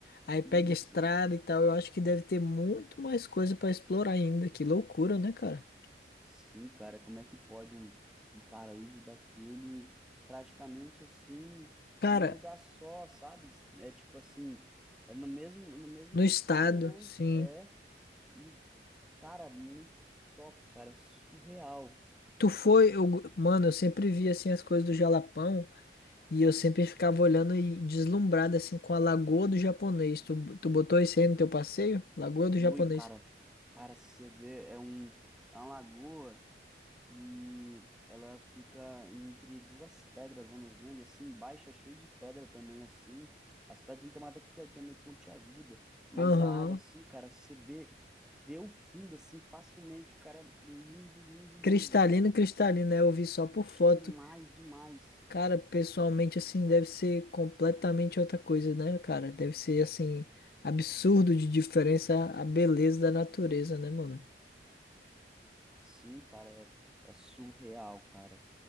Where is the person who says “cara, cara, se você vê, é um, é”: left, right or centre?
Centre